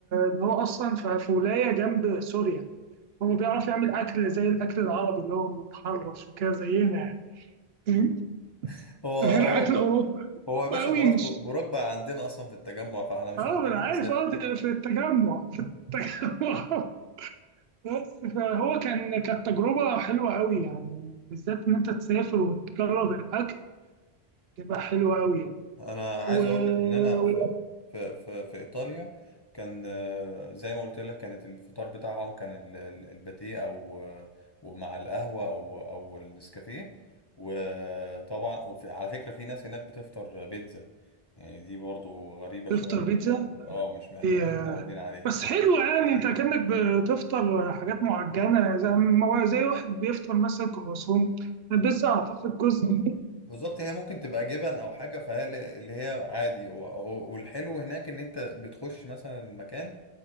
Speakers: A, on the right; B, on the left.
A: ان هو اصلا ف- في ولايه جنب سوريا هو بيعرف يعمل اكل زي الاكل العربي اللي هو متحرش وكده زينا يعني فاهم؟
B: <laughs> هو
A: غير
B: هو
A: اكل اوروبا اوروبا
B: هو يا باشا
A: قوي
B: خلاص
A: مش
B: ب- براك بقى عندنا اصلا في التجمع فاحنا مش
A: اه
B: محتاجين
A: انا عارف
B: نسافر
A: اه ده في التجمع في التجمع <laughs> بس فهو كان كانت تجربة حلوة قوي يعني بالذات إن أنت تسافر وتجرب الأكل تبقى حلوة قوي يعني
B: انا عايز
A: و-
B: اقول لك ان انا في في في, في ايطاليا كان آه، زي ما قلت لك كانت الفطار بتاعهم كان ال- ال- الباتيه او آه، ومع القهوه او او النسكافيه وطبعا وفي على فكره في ناس هناك بتفطر بيتزا يعني دي برضو غريبه شويه
A: وتفطر
B: مش
A: بيتزا
B: اه مش احنا
A: دي
B: مش
A: آه،
B: متعودين عليها
A: بس حلوة يعني أنت كأنك بتفطر حاجات معجنة زي ما- زي واحد بيفطر مثلا كرواسون البيتزا أعتقد جزء من
B: بالظبط هي ممكن تبقى جبن او حاجه فهي اللي هي عادي و- و- والحلو هناك ان انت بتخش مثلا المكان